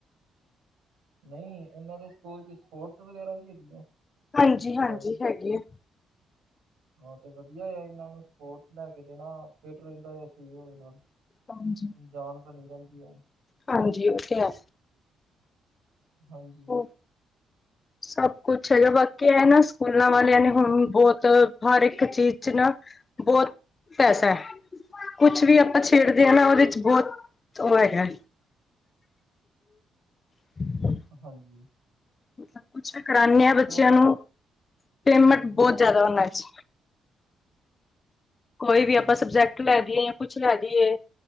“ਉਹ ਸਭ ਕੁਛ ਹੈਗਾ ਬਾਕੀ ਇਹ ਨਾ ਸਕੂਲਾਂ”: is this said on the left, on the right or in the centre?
Left